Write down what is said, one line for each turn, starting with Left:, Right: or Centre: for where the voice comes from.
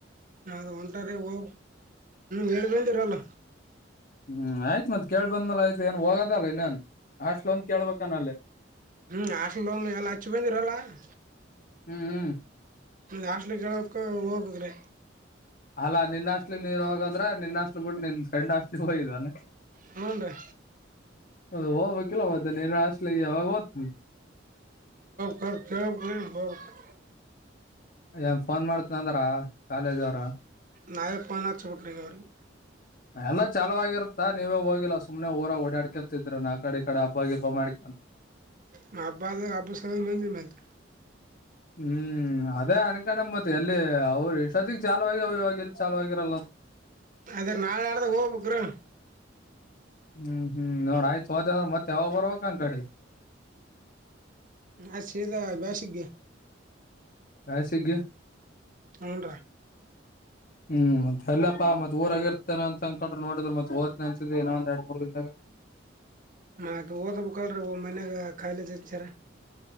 Right: ನ ಒಂಟರ ಹ ಒ ಹೇಳ ಬಂದಿದರಾಲ್
Left: ಹ್ಮ್ ಆಯ್ತ್ ಮತ್ ಕೇಳ್ ಬಂದ್ಮೇಲೆ ಆಯ್ತ ಏನ್ ಹೋಗದಲ್ಲ ಇನ್ನೇನ್ ಅಷ್ಟಲ ಒಂದ ಕೇಳ್ಬಾಕನಲ್ಲಿ
Right: ಹ್ಮ ಹಾಸ್ಟೆಲ್ <unintelligible> ಎಲ್ಲ ಹಚ್ಚಿ ಬಂದಿರಲ್ಲ ಎಲ್ಲ
Left: ಹ್ಮ್ ಹ್ಮ್
Right: ಹಾಸ್ಟೆಲ್ ಕೇಳೋಕ್ಕ ಹೋಗ್ಬೇಕ್ರೆ
Left: ಅಲ್ಲಾ ನಿನ್ನಹಾಷ್ಟಲಿ ನೀನ್ ಹೋಗದ್ರ ನಿನ್ನಹಾಷ್ಟಲು ಬಿಟ್ಟ ನಿನ್ ಗಂಡ ಹಾಷ್ಟಿಲಿ ಹೋಗಿದೇನ
Right: ಹ್ಞೂನ್ ರೀ
Left: ಅ ಹ ಹೋಬಕಿಲ ಮತ್ತ ನೀನ ಹಾಸ್ಟೆಲ್ ಗೆ ಯವಾಗ ಹೊತ್
Right: ಕಚ ಹ <unintelligible>
Left: ಏನ್ ಫೋನ್ ಮಾಡ್ತ್ನಂದ್ರ ಕಾಲೇಜ್ ಅವ್ರ
Right: ನಾಯಪ್ಪನಾಚ ಬಕಾರಿ ಅವರಿಗೆ
Left: ಎಲ್ಲ ಚಲುವಾಗಿರುತ್ತಾ ನೀವೇ ಹೋಗಿಲ್ಲ ಸುಮ್ನೆ ಊರ ಓಡಾಡ್ಕೊಂತಿದ್ರಿ ನಾ ಕಡೆ ಈ ಕಡೆ ಹಬ್ಬಾಗಿಬ್ಬ ಮಾಡ್ಕೊಂತ
Right: ನ ಅಬ್ಬ ಅಬು ಸಮ ಮ ಮತ್
Left: ಹ್ಮ್ ಅದೇ ಅನ್ಕೊಂಡಂಬತಿ ಎಲ್ಲಿ ಅವ್ರು ಇಷ್ಟೊತ್ತಿಗೆ ಚಾಲವ ಆಗ್ಯಾವ ಈವಾಗ್ ಎಲ್ಲಿ ಚಾಲ ಆಗರಲ್ಲ
Right: ಅದೇ ನಾಳೆ ನಾಡದಗ ಹೋಗ್ಬಕರಿ
Left: ಹ್ಮ್ ಹ್ಮ್ ನೋಡ ಆಯ್ತು ಹೋದಂದ್ರ ಮತ್ತೆ ಯಾವಾಗ ಬರ್ಬೇಕ್ ನನ್ ಕಡೆ
Right: ಅ ಸಿದ ಬ್ಯಾಸಿಗ್ಗೆ
Left: ಕಾಯ ಸಿಗ್ಗೆ
Right: ಹುನ್ ರೀ
Left: ಹ್ಮ್ ಮತ್ತೆ ಎಲ್ಲಪ್ಪ ಮತ್ ಊರಗಿರ್ತೇನೆ ಅಂತ ಅನ್ಕೊಂಡ್ ನೋಡಿದ್ರೆ ಮತ್ ಹೊದ್ನನೆ ಅಂತಿದಿ ಇನ ಒಂದ್ ಎರಡ್ ಮೂರ್ ದಿನದಾಗ
Right: ಮತ್ ಓದಬೇಕಲ ರೀ ಒ ಮನ್ಯಾಗ ಕಾಲೇಜ್ ಹಚ್ಚಾರ